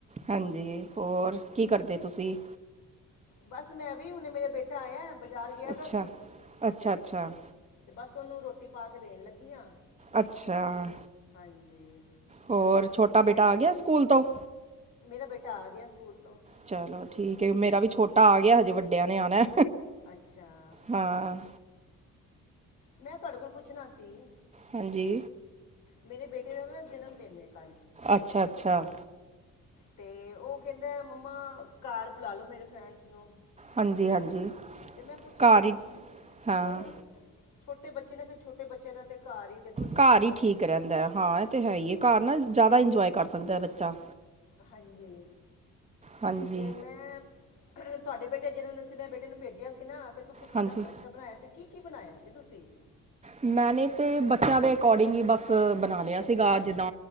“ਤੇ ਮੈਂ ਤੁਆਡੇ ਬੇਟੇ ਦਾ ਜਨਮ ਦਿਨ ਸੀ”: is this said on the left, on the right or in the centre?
Left